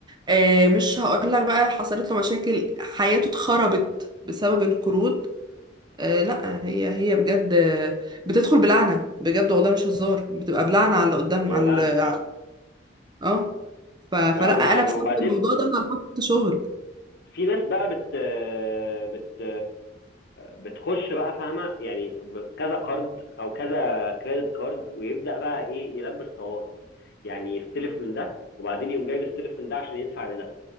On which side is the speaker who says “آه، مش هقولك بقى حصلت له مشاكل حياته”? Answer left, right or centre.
Right